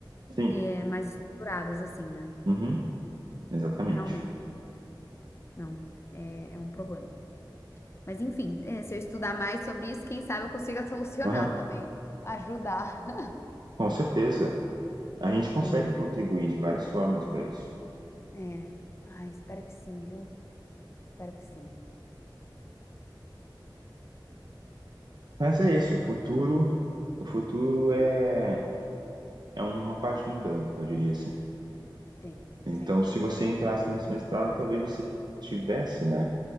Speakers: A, on the right (about 60°); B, on the left (about 30°).
A: Sim,
B: eh, mais estruturadas, assim, né?
A: uhum, exatamente.
B: Realmente, não. É, é um problema. Mas, enfim, eh, se eu estudar mais sobre isso, quem sabe eu consiga <laughs> solucionar
A: Aham,
B: também. Ajudar.
A: com certeza. A gente consegue
B: <laughs> Sim.
A: contribuir de várias formas para isso.
B: É. Ai, espero que sim, viu? Espero que sim.
A: Mas é isso, o futuro, o futuro é, é uma página em branco, eu diria assim.
B: Sim,
A: Então,
B: sim.
A: se você entrasse nesse mestrado, talvez você tivesse, né,